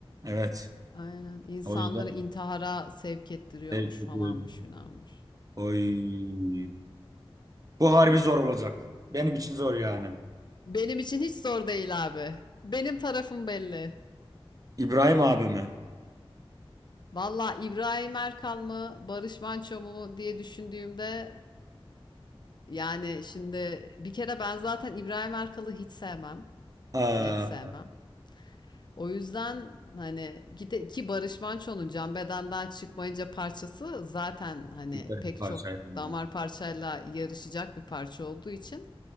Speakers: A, on the right; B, on the left.
A: Evet.
B: aynen. İnsanları
A: O yüzden
B: intihara sevk ettiriyormuş
A: sevk ediyorum.
B: falanmış filanmış.
A: Oy. Bu harbi zor olacak. Benim için zor yani.
B: Benim için hiç zor değil abi. Benim tarafım belli.
A: İbrahim abi mi?
B: Valla İbrahim Erkal mı, Barış Manço mu diye düşündüğümde yani şimdi bir kere ben zaten İbrahim Erkal'ı hiç sevmem.
A: Aa,
B: Net sevmem. O yüzden hani gide ki Barış Manço'nun Can Beden'den çıkmayınca parçası zaten hani
A: süper
B: pek
A: bir parçaydı.
B: çok
A: ya.
B: damar parçayla yarışacak bir parça olduğu için